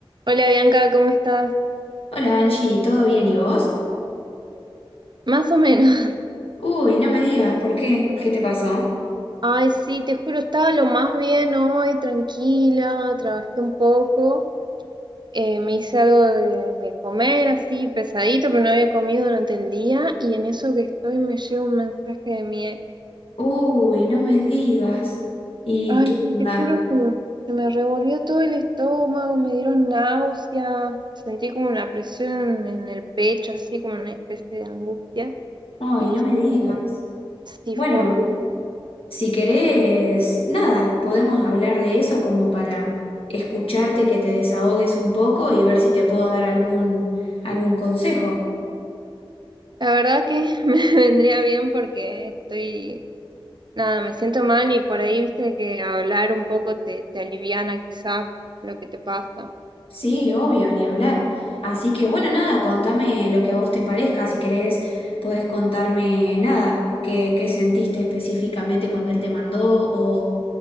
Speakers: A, on the right; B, on the left.
A: Hola Bianca, ¿cómo estás?
B: Hola Angie, ¿todo bien y vos?
A: Más o menos. <laughs>
B: Uy, no me digas, ¿por qué? ¿Qué te pasó?
A: Ay, sí, te juro, estaba lo más bien hoy, tranquila, trabajé un poco, eh, me hice algo de, de comer así, pesadito, pero no había comido durante el día y en eso que estoy me llega un mensaje de mi ex.
B: Uy, no me digas. ¿Y
A: Ay,
B: qué
A: sí,
B: onda?
A: te juro que me- se me revolvió todo el estómago, me dieron náuseas, sentí como una presión en el pecho, así como una especie de angustia
B: Ay,
A: y
B: no
A: dije
B: me digas.
A: como, sí,
B: Bueno,
A: fue horrible.
B: si querés, nada, podemos hablar de eso como para escucharte, que te desahogues un poco y ver si te puedo dar algún, algún consejo.
A: La verdad que <laughs> me vendría bien porque estoy, nada, me siento mal y por ahí viste que hablar un poco te, te aliviana quizá lo que te pasa.
B: Sí, obvio, ni hablar. Así que bueno, nada, contame lo que a vos te parezca. Si querés, podés contarme nada, qué, qué sentiste específicamente cuando él te mandó o